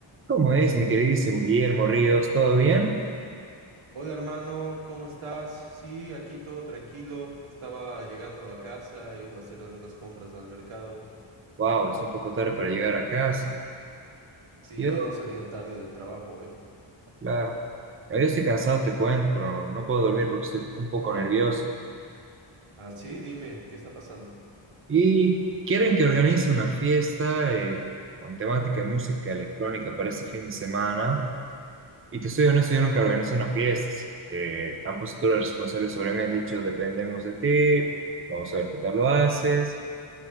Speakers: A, on the right; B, on the right.
A: ¿Cómo es, mi queridísimo Guillermo Ríos? ¿Todo bien?
B: Hola hermano, ¿cómo estás? Sí, aquí todo tranquilo. Estaba llegando a casa, he ido a hacer algunas compras al mercado.
A: Wow, es un poco tarde para llegar a casa.
B: Sí,
A: Yo,
B: hemos salido tarde del trabajo hoy.
A: claro. Yo estoy cansado, te cuento, pero no puedo dormir porque estoy un poco nervioso.
B: Ah, sí, dime, ¿qué está pasando?
A: Y quieren que organice una fiesta eh, con temática de música electrónica para este fin de semana. Y te soy honesto, yo nunca organizo una fiesta, así que han puesto todos los responsables sobre mí, han dicho, dependemos de ti, vamos a ver qué tal lo haces.